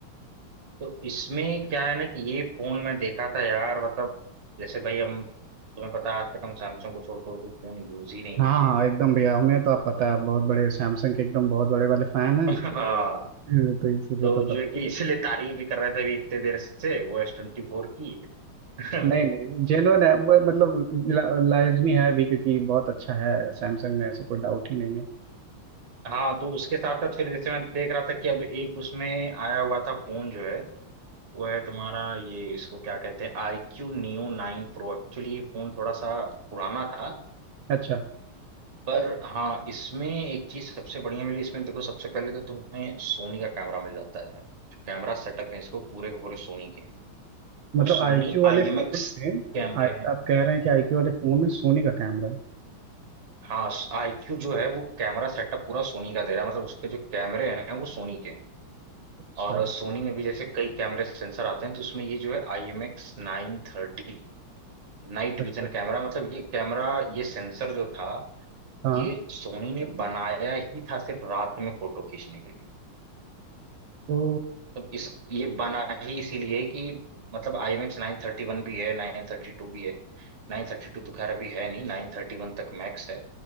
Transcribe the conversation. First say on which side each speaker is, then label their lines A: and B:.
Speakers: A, on the right; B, on the right.
A: तो इसमें क्या है ना कि ये फोन मैं देखा था यार मतलब जैसे भाई हम तुम्हें पता है आज तक हम सैमसंग को छोड़ कर कोई फोन यूज ही नहीं
B: हाँ
A: किए
B: हाँ
A: हैं।
B: एकदम भैया हमें तो आप पता है आप बहुत बड़े सैमसंग के एकदम बहुत बड़े वाले फैन हैं
A: <laughs> हाँ
B: हम्म, तो इसीलिए
A: तो
B: तो पता
A: जो है
B: ही
A: कि इसीलिए तारीफ भी कर रहे थे अभी इतने देर से ओ एस ट्वेंटी फोर की <laughs> तो-
B: नहीं नहीं जेन्युइन है वो मतलब ला, लाजमी है भी क्योंकि बहुत अच्छा है सैमसंग में ऐसा कोई डाउट ही नहीं है
A: हाँ तो उसके साथ साथ फिर जैसे मैं देख रहा था कि अब एक उसमें आया हुआ था फोन जो है वो है तुम्हारा ये इसको क्या कहते हैं I Q Neo nine Pro Actually ये फोन थोड़ा सा पुराना था
B: अच्छा
A: पर हाँ इसमें एक चीज सबसे बढ़िया मिली इसमें देखो सबसे पहले तो तुम्हें सोनी का कैमरा मिल जाता है कैमरा सेटअप है इसको पूरे के पूरे सोनी के हैं
B: मतलब
A: वो सोनी
B: आईक्यू वाले
A: आई
B: फोन
A: एम एक्स
B: में
A: कैमरे
B: आई,
A: हैं
B: आप कह रहे हैं कि आईक्यू वाले फोन में सोनी का कैमरा है
A: हाँ आई क्यू जो है वो कैमरा सेटअप पूरा सोनी का दे रहा है मतलब उसके जो कैमरे हैं वो सोनी के हैं
B: अच्छा
A: और सोनी में भी जैसे कई कैमरे सेंसर आते हैं तो उसमें ये जो है I M X nine thirty night
B: अच्छा
A: vision
B: अच्छा
A: camera मतलब ये कैमरा ये सेंसर जो था
B: हाँ
A: ये सोनी ने बनाया ही था सिर्फ रात में फोटो खींचने के लिए
B: ओ
A: तो इस ये बना ही इसीलिए कि मतलब I max nine thirty one भी है नाइन थर्टी टू भी है नाइन थर्टी टू तो खैर अभी है नहीं नाइन थर्टी वन तक मैक्स है